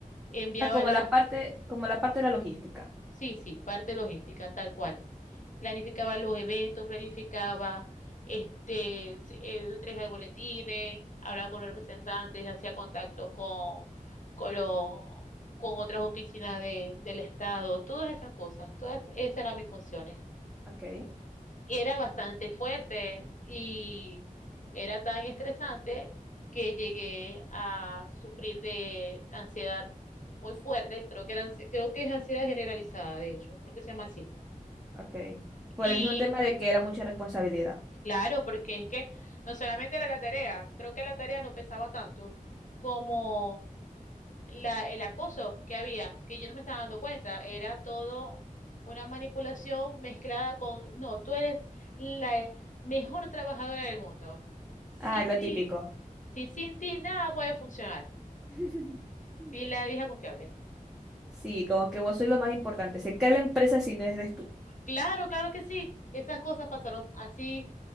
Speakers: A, on the left; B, in the centre.
A: enviaba
B: O sea, como
A: la,
B: la parte, como la parte de la logística.
A: sí, sí, parte logística, tal cual. Planificaba los eventos, planificaba este, sí, eh, entrega de boletines, hablaba con los representantes, hacía contacto con, con los con otras oficinas de, del Estado, todas esas cosas, todas esas eran mis funciones.
B: Ok,
A: era bastante fuerte y era tan estresante que llegué a sufrir de ansiedad muy fuerte, creo que era, ansi- creo que es ansiedad generalizada, de hecho, creo que se llama así.
B: ok. Por
A: Y
B: el mismo tema de que era mucha responsabilidad.
A: claro, porque es que no solamente era la tarea, creo que la tarea no pesaba tanto como la, el acoso que había, que yo no me estaba dando cuenta, era todo una manipulación mezclada con, no, tú eres la mejor trabajadora del mundo. Sin
B: Ay, lo
A: ti,
B: típico.
A: si sin ti nada puede funcionar.
B: <laughs>
A: Sí, la vieja confiable.
B: Sí, como que vos sos lo más importante. Se cae la empresa si no eres tú.
A: Claro, claro que sí. Esas cosas pasaron así,